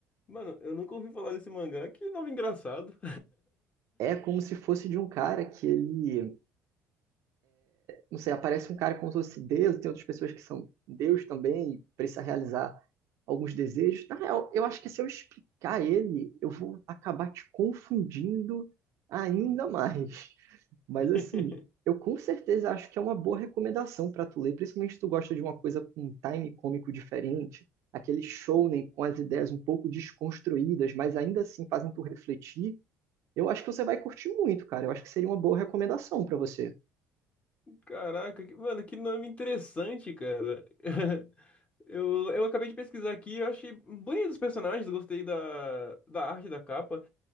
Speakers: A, on the left; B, on the right.
A: Mano, eu nunca ouvi falar desse mangá, que nome engraçado.
B: É como se fosse de um cara que ele não sei, aparece um cara como se fosse Deus, tem outras pessoas que são Deus também, e precisa realizar alguns desejos. Na real, eu acho que se eu explicar ele, eu vou acabar te confundindo ainda mais. Mas
A: <laughs>
B: assim, eu com certeza acho que é uma boa recomendação para tu ler, principalmente se tu gosta de uma coisa com um time cômico diferente, aquele shounen com as ideias um pouco desconstruídas, mas ainda assim fazem tu refletir. Eu acho que você vai curtir muito, cara. Eu acho que seria uma boa recomendação para você.
A: Caraca, que- mano, que nome interessante, cara. <laughs> Eu, eu acabei de pesquisar aqui, eu achei bonito os personagens, gostei da, da arte da capa.